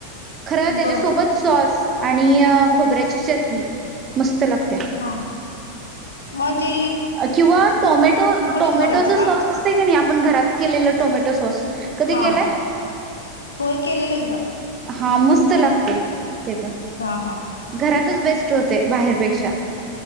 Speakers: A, on the right; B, on the left.
A: खरं त्याच्यासोबत
B: बर
A: सॉस आणि खोबऱ्याची चटणी मस्त लागते.
B: हा म्हणजे.
A: किंवा टोमॅटो टोमॅटोचा
B: भरायचं का
A: सॉस असत की नाही आपण घरात केलेल टोम टोमटो सॉस. कधी
B: हा
A: केलाय
B: होय केलेलं एकदा.
A: हा मस्त लागते. ते पण
B: हा हा
A: घरातच बेस होते बाहेरपेक्षा.